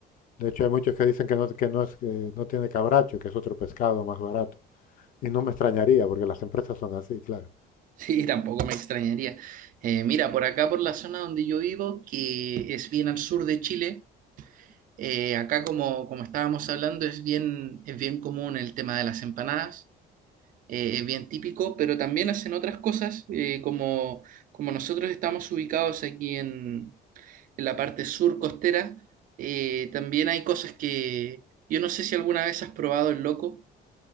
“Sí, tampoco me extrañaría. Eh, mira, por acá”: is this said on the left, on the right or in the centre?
Right